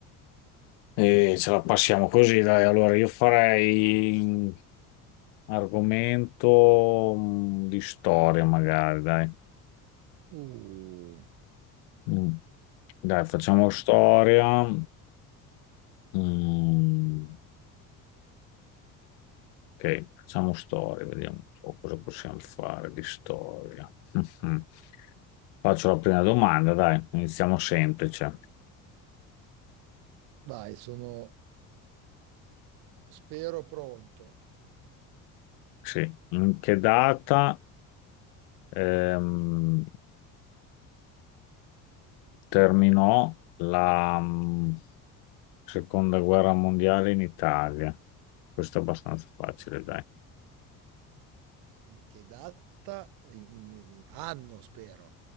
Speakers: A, on the left (about 80°); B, on the right (about 80°).
A: e ce la passiamo così, dai. Allora, io farei un argomento mm, di storia, magari, dai.
B: Uh,
A: Mm. Dai, facciamo storia. Mm. Ok, facciamo storia, vediamo un po' cosa possiamo fare di storia. Mhm. Faccio la prima domanda, dai, iniziamo semplice.
B: dai, sono, spero pronto.
A: Sì. In che data ehm, terminò la mm, seconda guerra mondiale in Italia? Questo è abbastanza facile, dai.
B: In che data? In, in- anno, spero.